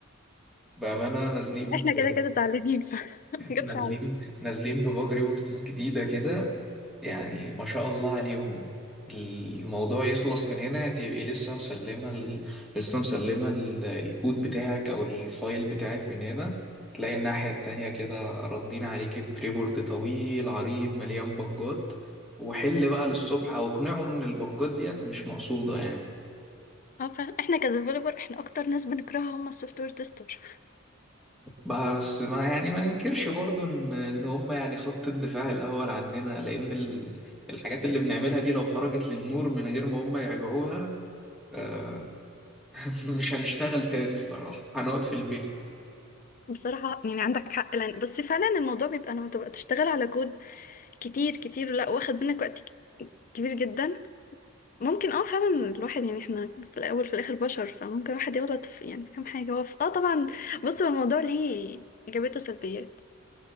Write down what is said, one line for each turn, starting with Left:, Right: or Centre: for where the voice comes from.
Centre: بأمانة نازلين
Left: احنا كده كده زعلانين ف <laughs> مجتش
Centre: نازلين نازلين بباج ريبورتس جديدة كده يعني ما شاء الله عليهم الموضوع يخلص من هنا تبقي لسه مسلمة ال... لسه مسلمة ال... الكود بتاعك أو الفايل بتاعك من هنا تلاقي الناحية التانية كده ردين عليكي بريبورت طويل عريض مليان بجات وحل بقى للصبح أو اقنعه إن البجات ديت مش مقصودة يعني
Left: اه فاهم احنا كديفلوبر احنا اكتر ناس بنكرهها هم السوفت وير تيستر
Centre: بس ما يعني ما ننكرش برضو ان ان هم يعني خط الدفاع الاول عننا لان ال- الحاجات اللي بنعملها دي لو خرجت للنور من غير ما هم يراجعوها آه، <laughs> مش هنشتغل تاني الصراحة هنقعد في البيت
Left: بصراحه يعني عندك حق لان بس فعلا الموضوع بيبقى لما تبقى تشتغل على كود كتير كتير لا واخد منك وقت ك- كبير جدا ممكن اه فعلا الواحد يعني احنا في الاول في الاخر بشر فممكن الواحد يغلط في يعني في كام حاجه هو في- اه طبعا بص هو الموضوع ليه ايجابيات وسلبيات